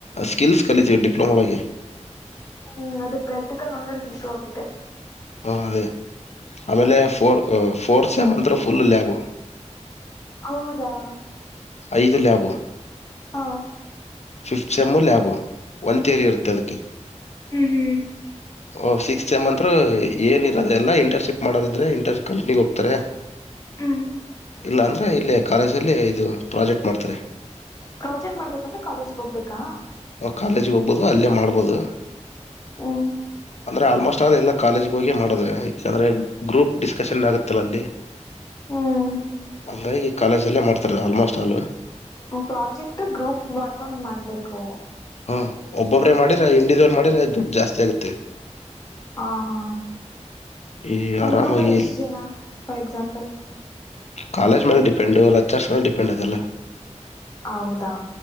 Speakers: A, on the left; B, on the left.
A: ಸ್ಕಿಲ್ಸ್ ಕಲಿತೀವಿ ಡಿಪ್ಲೊಮಾ ಒಳಗೆ
B: ಹ್ಮ್ ಅದೇ ಪ್ರಾಕ್ಟಿಕಲ್ ನಾಲೆಡ್ಜ್ ಇಂಪ್ರೂ್ ಆಗುತ್ತೆ.
A: ಹ ಅದೇ ಆಮೇಲೆ ಫೋರ್ ಫೋರ್ ಸೇಮ್ ಅಂತ್ರು ಫುಲ್ ಲ್ಯಾಬ
B: ಹೌದಾ.
A: ಐದ ಲ್ಯಾಬು
B: ಹಾ.
A: ಫಿಫ್ಟ ಸೇಮ್ ಲ್ಯಾಬು ಒಂದು ತೇರಿ ಇರುತ್ತೆ ಅದಕ್ಕೆ
B: ಹ್ಮ ಹ್ಮ.
A: ಓ ಸಿಕ್ಸ್ ಸೆಮಂತ್ರು ಏನ್ ಇರೋದೆ ಎಲ್ಲ ಇಂಟರ್ನ್ಶಿಪ್ ಮಾಡದಿದ್ರೆ ಇಂಟರ್ಪ್ ಕಂಪ್ನಿಗೆ ಹೋಗ್ತಾರೆ.
B: ಹ್ಮ.
A: ಇಲ್ಲ ಅಂದರೆ ಇಲ್ಲೆ ಕಾಲೇಜಲ್ಲಿ ಇದು ಪ್ರಾಜೆಕ್ಟ್ ಮಾಡ್ತಾರೆ.
B: ಪ್ರಾಜೆಕ್ಟ್ ಮಾಡ್ಬೇಕಂದ್ರೆ ಕಾಲೇಜ್ಗ ಹೋಗ್ಬೇಕಾ.
A: ಹಾ ಕಾಲೇಜಿಗೆ ಹೋಗ್ಬಹದು ಅಲ್ಲೇ ಮಾಡ್ಬೋದು.
B: ಹ್ಮ್
A: ಅಂದ್ರ ಆಲ್ಮೋಸ್ಟ್ ಆಲ್ ಎಲ್ಲ ಕಾಲೇಜ್ ಹೋಗಿ ಮಾಡದ ಯಾಕಂದ್ರೆ ಗ್ರೂಪ್ ಡಿಸ್ಕಶನ್ ಆಗುತ್ತಲ್ಲ ಅಲ್ಲಿ.
B: ಹ್ಮ್.
A: ಹಂಗಾಗಿ ಕಾಲೇಜಲ್ಲೇ ಮಾಡ್ತಿದೆ ಆಲ್ಮೋಸ್ಟ್ ಆಲ್.
B: ಪ್ರಾಜೆಕ್ಟ್ ಗ್ರೂಪ್ ಮಾಡ್ಕೊಂಡ್ ಮಾಡ್ಬೇಕು.
A: ಹಾ ಒಬ್ಬೊಬ್ರೆ ಮಾಡಿರ ಇಂಡಿವಿಜುಲ್ ಮಾಡಿರ ದುಡ್ ಜಾಸ್ತಿ ಆಗುತ್ತೆ.
B: ಹ ಹಾ
A: ಈ
B: ಒಂದ
A: ಆರಾಮಾಗಿ
B: ಗ್ರೂಪಲ್ಲಿ ಎಷ್ಟ್ ಜನ ಫಾರ್ ಎಕ್ಸಾಂಪಲ್.
A: ಕಾಲೇಜ್ ಮೇಲೆ ಡಿಪೆಂಡ್ ಲೆಚರ್ಸ್ ಮೇಲೆ ಡಿಪೆಂಡ್ ಅದೆಲ್ಲ.
B: ಹೌದಾ.